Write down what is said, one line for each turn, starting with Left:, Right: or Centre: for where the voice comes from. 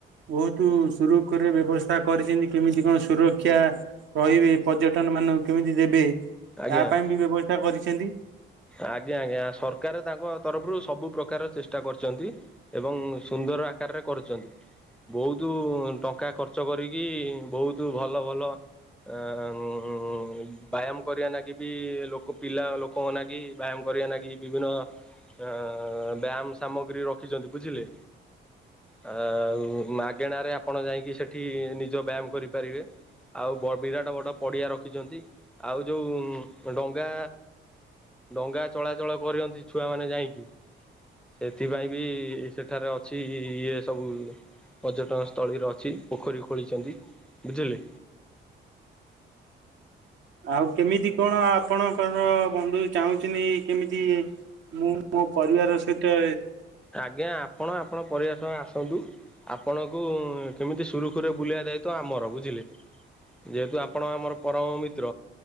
Right: ବହୁତ ସୁରୁଖୁରୁରେ ବ୍ୟବସ୍ଥା କରିଚନ୍ତି କେମିତି କଣ ସୁରକ୍ଷା ରହିବେ ପର୍ଯ୍ୟଟନ ମାନଙ୍କୁ କେମିତି ଦେବେ ତା
Centre: ଆଜ୍ଞା
Right: ପାଇଁ ବି ବ୍ୟବସ୍ଥା କରିଚନ୍ତି।
Centre: ଆଜ୍ଞା ଆଜ୍ଞା ସରକାର ତାଙ୍କ ତରଫରୁ ସବୁ ପ୍ରକାର ଚେଷ୍ଟା କରିଚନ୍ତି। ଏବଂ ସୁନ୍ଦର ଆକାରରେ କରୁଚନ୍ତି। ବହୁତ ଟଙ୍କା ଖର୍ଚ୍ଚ କରିକି ବହୁତ ଭଲ ଭଲ ଏ ମ ଉ ଵାୟାମ୍ କରିବା ଲାଗି ବି ଲୋକ ପିଲା ଲୋକଙ୍କ ନାଗି ବ୍ୟାୟାମ କରିବା ଲାଗି ବିଭିନ୍ନ ଆ ବ୍ୟାୟାମ ସାମଗ୍ରୀ ରଖିଚନ୍ତି ବୁଝିଲେ। ଆ ଆଉ ମାଗେଣା ରେ ଆପଣ ଯାଇକି ସେଠି ନିଜ ବ୍ୟାୟାମ କରିପାରିବେ। ଆଉ ବ ବିରାଟା ବଡ଼ ପଡିଆ ରଖିଚନ୍ତି ଆଉ ଯୋଉ ଡଙ୍ଗା ଡଙ୍ଗା ଚଳାଚଳ କରିଅନ୍ତି ଛୁଆମାନେ ଯାଇକି ସେଥିପାଇଁ ବି ସେ ଏଠାରେ ଅଛି ଇଏ ସବୁ ପର୍ଯ୍ୟଟନ ସ୍ଥଳୀରେ ଅଛି ପୋଖରୀ ଖୋଳିଛନ୍ତି। ବୁଝିଲେ?
Right: ଆଉ କେମିତି କଣ ଆପଣଙ୍କର ବନ୍ଧୁ ଚାହୁଁଚନ୍ତି କେମିତି ମୁଁ ମୋ ପରିବାର ସହିତ
Centre: ଆଜ୍ଞା ଆପଣ ଆପଣ ପରିବାର ସ ଆସନ୍ତୁ। ଆପଣଙ୍କୁ କେମିତି ସୁରୁଖୁରୁରେ ବୁଲେଇବା ଦାୟିତ୍ୱ ଆମର ବୁଝିଲେ। ଯେହେତୁ ଆପଣ ଆମର ପରମ ମିତ୍ର।